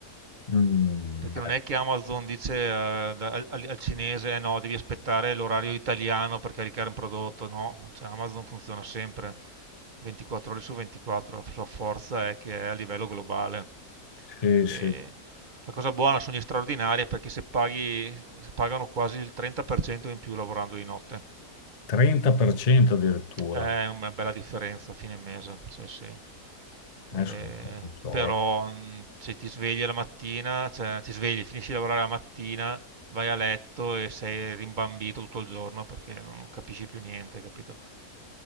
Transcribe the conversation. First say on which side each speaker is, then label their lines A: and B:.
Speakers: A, on the left; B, on the right.
A: Mm,
B: Perché non è che Amazon dice eh, da- al, al cinese, eh no, devi aspettare l'orario italiano per caricare un prodotto, no, cioè Amazon funziona sempre 24 ore su 24, la sua forza è che è a livello globale.
A: sì,
B: E
A: sì,
B: la cosa buona sono gli straordinari perché se paghi, se pagano quasi il 30% in più lavorando di notte.
A: 30% addirittura.
B: È una bella differenza a fine mese, sì, sì.
A: Adesso
B: Eh,
A: non so, non so.
B: però mh, se ti svegli la mattina, cioè ti svegli, finisci di lavorare la mattina, vai a letto e sei rimbambito tutto il giorno perché non capisci più niente, capito?